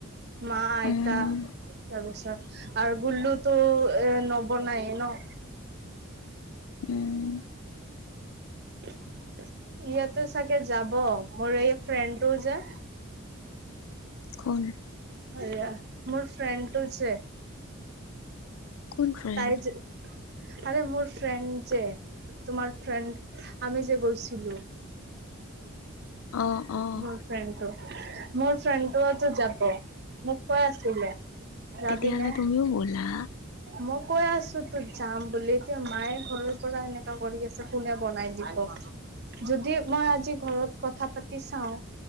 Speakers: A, on the right; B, on the left.
A: মা আইতা
B: উম
A: তাৰপিছত আৰু গুল্লুতো এ নবনাই। ন।
B: উম,
A: <inaudible> ইয়াতে চাগে যাব মোৰ এই ফ্ৰেণ্ডটো যে।
B: খোন।
A: এয়া মোৰ ফ্ৰেণ্ডটো যে।
B: কোন ফ্ৰেণ্ড
A: তাই যে আৰে মোৰ ফ্ৰেণ্ড যে। তোমাৰ ফ্ৰেণ্ড আমি যে গৈছিলো।
B: অ', অ',
A: মোৰ ফ্ৰেণ্ডটো - মোৰ ফ্ৰেণ্ডটোতো যাব মোক কৈয় আছিলে। যাবিনে
B: তেতিয়াহ'লে তুমিও ব'লা।
A: মই কৈ আছো তোৰ যাম বুলি, এতিয়া মায়ে ঘৰৰ পৰা এনেকা কৰি আছে কোনে বনাই দিয়। যদি মই আজি ঘৰত কথা পাতি চাও।